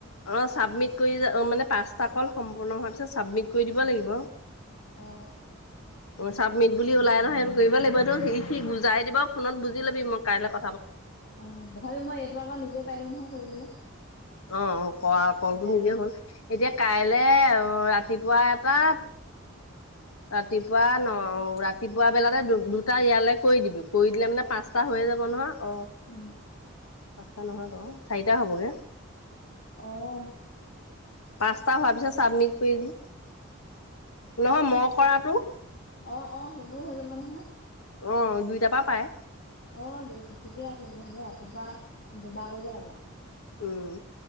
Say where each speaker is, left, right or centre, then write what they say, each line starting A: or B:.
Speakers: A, on the left (about 80°); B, on the left (about 50°).
A: অঁ, ছাবমিট কৰি মানে পাঁচটা কল সম্পূৰ্ণ হোৱাৰ পিছত চাবমিট কৰি দিব লাগিব।
B: অঁ।
A: অ চাবমিট বুলি ওলাই নহয় সেইটো কৰিব লাগিবটো সি সি বুজাই দিব ফোনত বুজি লবি মই কাইলৈ ক
B: অ তথাপি মই এইটো আকৌ নিজে পাৰিলো নহয় কৰিবলৈ
A: অ অ কল কলটো
B: উলিয়াই
A: নিজে
B: লৈ
A: হ'ল এতিয়া কাইলে ৰাতি ৰাতিপুৱা এটা ৰাতিপুৱা ন ৰাতিপুৱা বেলাতে দু দুটা ইয়ালৈ কৰি দিবি কৰি দিলে মানে পাঁচটা হৈয়ে যাব নহয় অ
B: উম
A: পাঁচটা নহয় বাৰো চাৰিটা হবগে
B: অঁ
A: পাঁচটা হোৱাৰ পিছত চাবমিট কৰি দি নহয় ম কৰাটো
B: অ অ সেইবোৰ হৈ যাব নহয়
A: অ দুইটাৰ পৰা পাই
B: অ দু ঠিকে আছে তেতিয়াহলে ৰাতিপুৱা দুবাৰ কৰিব লাগে।
A: উম